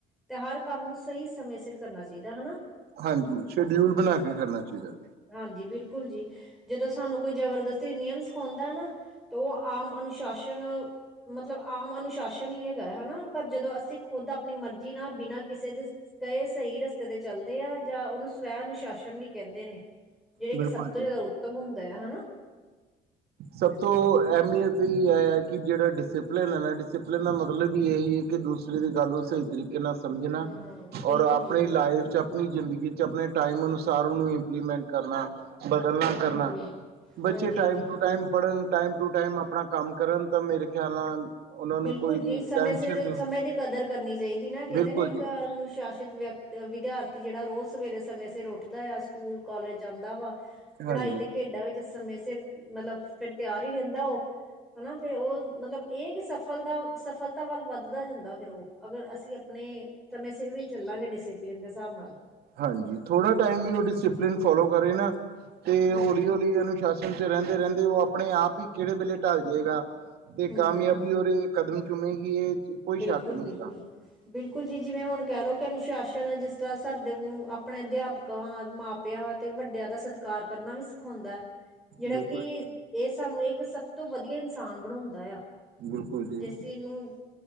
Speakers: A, in the centre; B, on the right.
A: ਤੇ ਹਰ ਕੰਮ ਨੂੰ ਸਹੀ ਸਮੇਂ ਸਿਰ ਕਰਨਾ ਚਾਹੀਦਾ ਹਨਾ।
B: ਹਾਂਜੀ ਸ਼ਡਿਊਲ ਬਣਾ ਕਰਨਾ ਚਾਹੀਦਾ।
A: ਹਾਂਜੀ ਬਿਲਕੁਲ ਜੀ ਜਦੋਂ ਸਾਨੂੰ ਕੋਈ ਜਬਰਦਸਤੀ ਨਿਯਮ ਸਿਖਾਉਂਦਾ ਨਾ ਤੇ ਉਹ ਆਮ ਅਨੁਸ਼ਾਸਨ ਮਤਲਬ ਆਮ ਅਨੁਸ਼ਾਸਨ ਇਦਾਂ ਨੀ ਹੈਗਾ ਹਨਾ ਪਰ ਜਦੋਂ ਅਸੀਂ ਖੁੱਦ ਆਪਣੀ ਮਰਜ਼ੀ ਨਾਲ ਬਿਨਾਂ ਕਿਸੇ ਦੇ ਕਈ ਸਹੀ ਰਸਤੇ ਤੇ ਚੱਲਦੇ ਆ ਜਾਂ ਉਹਨੂੰ ਸਵੈ ਅਨੁਸ਼ਾਸਨ ਵੀ ਕਹਿੰਦੇ ਨੇ। ਜਿਹੜੇ
B: ਬਿਲਕੁਲ
A: ਕਿ ਸਭ
B: ਜੀ
A: ਤੋਂ ਜ਼ਿਆਦਾ ਉੱਤਮ ਹੁੰਦੇ ਆ ਹਨਾ।
B: ਸਭ ਤੋਂ ਅਹਿਮੀਅਤ ਐ ਈ ਐ ਕਿ ਜਿਹੜਾ ਡਿਸਿਪਲਿਨ ਐ ਨਾ ਡਿਸਿਪਲਿਨ ਦਾ ਮਤਲਬ ਵੀ ਇਹੀ ਐ ਕਿ ਦੂਸ ਗੱਲ ਨੂੰ ਸਹੀ ਤਰੀਕੇ ਨਾਲ ਸਮਝਣਾ,
A: ਹਮ ਹਮ ਬਿਲਕੁਲ
B: ਔਰ ਆਪਣੀ
A: ਜੀ
B: ਲਾਈਫ ਚ ਆਪਣੀ ਜ਼ਿੰਦਗੀ ਚ ਆਪਣੇ ਟਾਈਮ ਅਨੁਸਾਰ ਉਹਨੂੰ ਇੰਪਲੀਮੈਂਟ ਕਰਨਾ ਬਦਲਣਾ ਕਰਨਾ
A: ਹਾਂਜੀ
B: ਬੱਚੇ
A: ਹਾਂਜੀ
B: ਟਾਈਮ
A: ਹਾਂਜੀ ਬਿਲਕੁਲ
B: ਟੂ ਟਾਈਮ ਪੜ੍ਹਨ ਟਾਈਮ ਟੂ ਟਾਈਮ ਆਪਣਾ ਕੰਮ ਕਰਨ ਤਾਂ ਮੇਰੇ ਖਿਆਲ ਨਾਲ ਉਹਨਾਂ ਨੂੰ
A: ਬਿਲਕੁਲ
B: ਕੋਈ
A: ਜੀ ਸਮੇਂ
B: ਟੈਨਸ਼ਨ
A: ਸਿਰ
B: ਨਹੀਂ
A: ਸਮੇਂ ਦੀ ਕਦਰ ਕਰਨੀ ਚਾਹੀਦੀ ਨਾ ਕਹਿੰਦੇ
B: ਬਿਲਕੁਲ
A: ਨਾ ਇੱਕ
B: ਜੀ
A: ਅਨੁਸ਼ਾਸਿਤ ਵਿਅਕ ਵਿਦਿਆਰਥੀ ਜਿਹੜਾ ਰੋਜ਼ ਸਵੇਰੇ ਸਮੇਂ ਸਿਰ ਉੱਠਦਾ ਆ ਸਕੂਲ ਕਾਲਜ ਜਾਂਦਾ ਵਾ। ਪੜ੍ਹਾਈ
B: ਹਾਂਜੀ
A: ਤੇ ਖੇਡਾਂ ਵਿੱਚ ਸਮੇਂ ਸਿਰ ਮਤਲਬ ਫੇਰ ਤਿਆਰ ਈ ਰਹਿੰਦਾ ਉਹ ਹਨਾ ਫੇਰ ਉਹ ਮਤਲਬ ਇਹ ਕਿ ਸਫ਼ ਸਫਲਤਾ ਸਫਲਤਾ ਵੱਲ ਵੱਧਦਾ ਜਾਂਦਾ ਫੇਰ ਔ ਅਗਰ ਅਸੀਂ ਆਪਣੇ ਸਮੇਂ ਸਿਰ ਵੀ ਚੱਲਾਂਗੇ ਡਿਸਪਲਿਨ ਦੇ ਹਿਸਾਬ ਨਾਲ
B: ਹਾਂਜੀ ਥੋੜਾ ਟਾਈਮ ਵੀ ਉਹ ਡਿਸਪਲਨ ਫੋਲੋ ਕਰੇ ਨਾ ਤੇ
A: ਹਾਂਜੀ
B: ਹੌਲੀ ਹੌਲੀ ਇਹਨੂੰ ਸ਼ਾਸਨ ਚ ਰਹਿੰਦੇ ਰਹਿੰਦੇ ਉਹ ਆਪਣੇ ਆਪ ਈ ਕਿਹੜੇ ਵੇਲੇ ਢਲ ਜੇ ਗਾ। ਤੇ
A: ਹੂੰ
B: ਕਾਮਯਾਬੀ
A: ਹੂੰ
B: ਉਹਦੇ ਕਦਮ ਚੁਮੇਗੀ ਇਹ ਕੋਈ ਸ਼ੱਕ
A: ਬਿਲਕੁਲ
B: ਨੀ
A: ਬਿਲਕੁਲ
B: ਗਾ।
A: ਬਿਲਕੁਲ ਜੀ ਜਿਵੇਂ ਹੁਣ ਕਹਿ ਲਓ ਕਿ ਅਨੁਸ਼ਾਸਨ ਐ ਜਿਸ ਤਰ੍ਹਾਂ ਸਾਡੇ ਆਪਣੇ ਅਧਿਆਪਕ ਮਾਪਿਆਂ ਤੇ ਵੱਡਿਆਂ ਦਾ ਸਤਿਕਾਰ ਕਰਨਾ ਵੀ ਸਿਖਾਉਂਦਾ ਐ। ਜਿਹੜਾ
B: ਬਿਲਕੁਲ
A: ਕਿ ਇਹ ਸਾਨੂੰ ਇੱਕ ਸਭ ਤੋਂ ਵਧੀਆ ਇਨਸਾਨ ਬਣਾਉਂਦਾ ਆ
B: ਬਿਲਕੁਲ ਜੀ
A: ਜੇਸੀ ਨੂੰ,